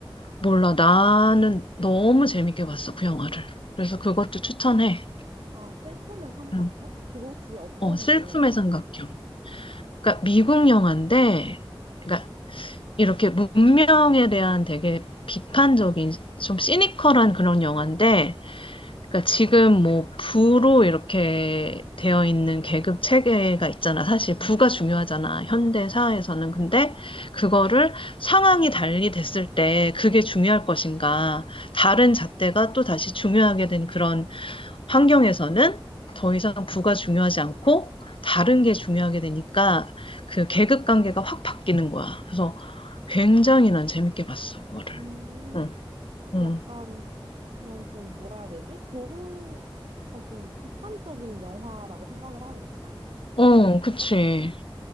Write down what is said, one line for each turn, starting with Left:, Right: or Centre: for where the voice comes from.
Left: 몰라. 나는 너무 재밌게 봤어. 그 영화를. 그래서 그것도 추천해.
Right: 아, 슬픔의 삼각형?
Left: 음.
Right: 그거 혹시 어떤
Left: 어, 슬픔의
Right: 내용이야?
Left: 삼각형. 그러니까 미국 영화인데 그러니까 이렇게 문명에 대한 되게 비판적인, 좀 시니컬한 그런 영화인데, 그러니까 지금 뭐 부로 이렇게 되어 있는 계급 체계가 있잖아. 사실 부가 중요하잖아. 현대 사회에서는. 근데 그거를 상황이 달리 됐을 때 그게 중요할 것인가. 다른 잣대가 또 다시 중요하게 된 그런 환경에서는 더 이상 부가 중요하지 않고 다른 게 중요하게 되니까 그 계급 관계가 확 바뀌는 거야. 그래서 굉장히 난 재밌게 봤어, 그거를.
Right: 음,
Left: 응,
Right: 좀
Left: 응.
Right: 약간 그런 좀 뭐라 해야 되지? 교훈, 약간 좀 비판적인 영화라고 생각을 하면 되나?
Left: 어,
Right: 슬픔의
Left: 그치.
Right: 삼각형은?